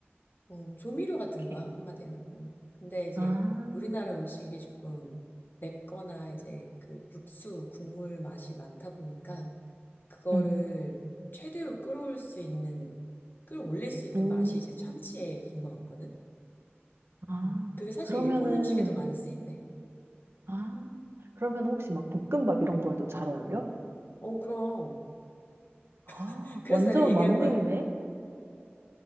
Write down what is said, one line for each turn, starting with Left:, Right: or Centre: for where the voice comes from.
Left: 어, 조미료 같은
Right: 오케이.
Left: 거야, 한마디로. 어. 근데 이제
Right: 아,
Left: 우리나라 음식이 조금 맵거나 이제 그 육수, 국물 맛이 많다 보니까 그거를
Right: 응,
Left: 최대로 끌어올 수 있는, 끌어올릴 수 있는
Right: 음,
Left: 맛이 이제 참치액인 것 같거든?
Right: 아,
Left: 음. 그게 사실
Right: 그러면은,
Left: 일본 음식에도 많이 쓰인대.
Right: 아, 그러면 혹시 막 볶음밥 이런 거에도 잘 어울려?
Left: 어, 그럼.
Right: 아,
Left: <laughs> 그래서
Right: 완전
Left: 내가 얘기한
Right: 만능이네?
Left: 거야.